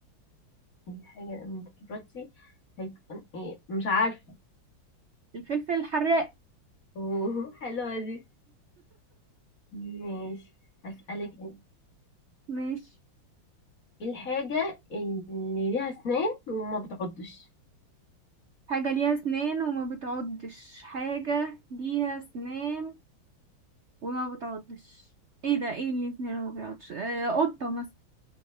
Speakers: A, on the left (about 45°); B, on the right (about 70°).
A: الحاجة اللي ما بتبردش هيكون ايه مش عارفة
B: الفلفل الحراق
A: <laughs> اوه حلوة دي ماشي هسألك أنا.
B: ماشي
A: ايه الحاجة اللي ليها أسنان وما بتعضش
B: حاجة ليها اسنان وما بتعضش حاجة ليها اسنان وما بتعضش ايه ده ايه اللي اسنان وما بيعضش آه قطة مثلا